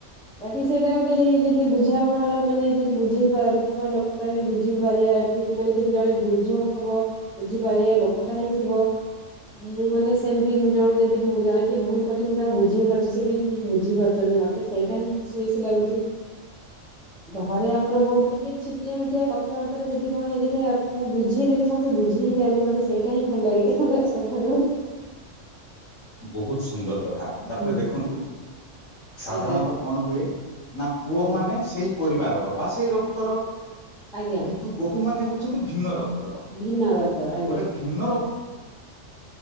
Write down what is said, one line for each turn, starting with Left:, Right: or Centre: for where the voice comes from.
Centre: ବାକି ସେଇଟା ଗୋଟେ ଯେମିତି ବୁଝାମଣା ର ମାନେ ଯେମିତି ବୁଝେଇ ପାରୁଥିବା ଲୋକ ଲୋକଟା ବି ବୁଝି ପାରିବା ଠିକ୍ ମାନେ ଯେମିତି ଜଣେ ବୁଝଉ ଥିବ। ବୁଝିପାରିବା ଲୋକଟା ହେଇଥିବ। ମୁଁ ମାନେ ସେମିତି ଜଣକୁ ଯଦି ମୁଁ ଜଣେ କିଏ ଭୁଲ କରୁଛି। ମୁଁ ତାଙ୍କୁ ବୁଝେଇ ପାରୁଛି ସେ ବି ଠିକ ବୁଝିପାରୁଛନ୍ତି ମତେ ସେଇଟା ହିଁ ସୁଇସ ଲାଗୁଛି। ଘରେ ଆମର ବୋହୁତ ଟିକେ ଛିଟିଆ ମିଟିଆ କଥାବାର୍ତ୍ତାରେ ଯଦି କଣ ହେଇଯାଇଥିବ ମୁଁ ବୁଝେଇଦେଲି ସମତେ ବୁଝି ହିଁ ଯାଆନ୍ତି। ମୋତେ ସେଇଟା ହିଁ ଭଲ ଲାଗେ ପୁରା ସବୁଠାରୁ।
Left: ବୋହୁତ ସୁନ୍ଦର କଥା। ତାପରେ
Centre: ହୁଁ
Left: ଦେଖନ୍ତୁ, ସାଧାରଣତଃ
Centre: ଆଜ୍ଞା
Left: କଣ ହୁଏ? ନା ପୁଅ
Centre: ଆଜ୍ଞା
Left: ମାନେ ସେଇ ପରିବାରର ବା ସେଇ ରକ୍ତର।
Centre: ଆଜ୍ଞା।
Left: ତୁ ବୋହୁ ମାନେ ହଉଛନ୍ତି ଭିନ୍ନ ରକ୍ତର।
Centre: ଭିନ୍ନ ରକ୍ତର ଆଜ୍ଞା
Left: ଗୋଟେ ଭିନ୍ନ ରକ୍ତ